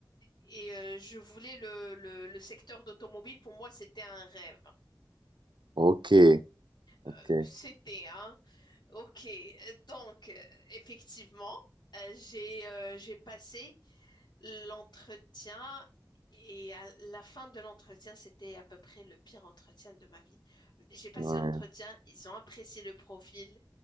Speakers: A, on the left; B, on the right.
A: et euh, je voulais le, le, le secteur d'automobile. Pour moi, c'était un rêve.
B: Ok, ok.
A: Euh, c'était, hein. Ok. Donc, euh, effectivement, euh, j'ai euh, j'ai passé l'entretien et à la fin de l'entretien, c'était à peu près le pire entretien de ma vie. J'ai passé
B: Ouais.
A: l'entretien, ils ont apprécié le profil,